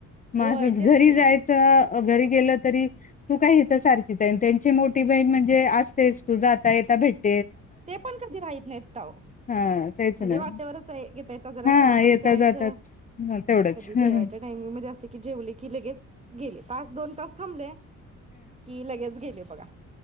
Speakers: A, on the left; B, on the right.
A: म
B: होय
A: असच
B: तेच
A: घरी
B: की
A: जायच घरी गेल तरी तू काय हित सारखीच आहे त्यांची मोठी बहीण म्हणजे असतेस तू जाता येता भेट
B: ते पण कधी राहीत नाहीत का ओ.
A: हा तेच
B: म्हणजे
A: ना
B: वाट्यावरच आहे येता येता जरा
A: हा
B: चहा
A: येता
B: पाणी करायच
A: जातात ह तेवढंच
B: कधी
A: हा
B: जेवायच्या टाइमिंग मध्ये अस की जेवले की लगेच गेले तास दोन तास थाम <unintelligible> कि लगेच गेले बगा.